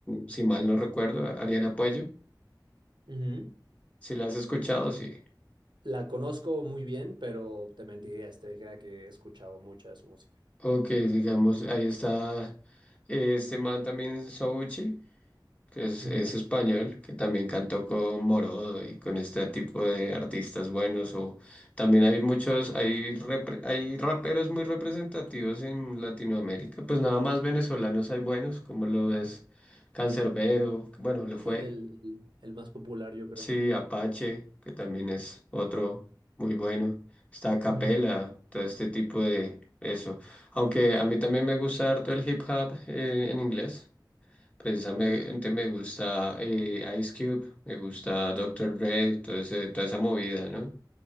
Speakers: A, on the left; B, on the right.
A: si mal no recuerdo, Ariana Puello.
B: Ujú.
A: Si la has escuchado, sí.
B: La conozco muy bien, pero te mentiría si te dijera que he escuchado mucha de su música.
A: Ok, digamos, ahí está eh, este man también, Souchi, que es,
B: Ujú.
A: es español, que también cantó con Morodo y con este tipo de artistas buenos. O también hay muchos, hay, repre- hay raperos muy representativos en Latinoamérica. Pues nada más venezolanos hay buenos, como lo es Cancerbero bueno, lo fue.
B: Sí, el, el- el más popular, yo creo.
A: Sí, Apache, que también es otro muy bueno. Está a Capela,
B: Ujú.
A: todo este tipo de eso. Aunque a mí también me gusta harto el hip hop eh, en inglés. Precisamente
B: Ok.
A: me gusta eh, Ice Cube, me gusta Doctor Dre, todo ese- toda esa movida, ¿no?